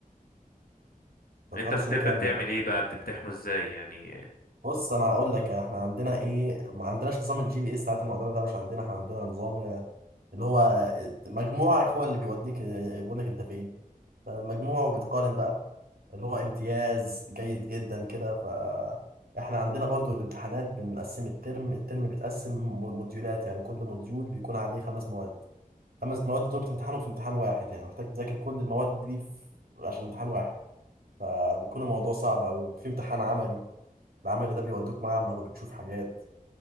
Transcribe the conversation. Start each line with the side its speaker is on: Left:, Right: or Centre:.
Right: أنت هتخلص
Left: انت في طب
Right: يوم كام
Left: بتعمل
Right: انا
Left: ايه بقى بتمتحنه ازاي يعني
Right: بص انا هقول لك احنا عندنا ايه ما عندناش نظام الجي بي اي الساعات المعتمده ده مش عندنا احنا عندنا نظام آه، اللي هو مجموعك هو اللي بيوديك بيقول لك انت فين فالمجموع وبتقارن بقى اللي هو امتياز جيد جدا كده ف احنا عندنا برضو الامتحانات بنقسم الترم الترم بيتقسم م- موديولات يعني كل موديول بيكون عليه خمس مواد خمس مواد دول بتمتحنهم في امتحان واحد يعني محتاج تذاكر كل المواد دي في... عشان امتحان واحد فبيكون الموضوع صعب أوي في امتحان عملي العمل ده بيودوك معمل وبتشوف حاجات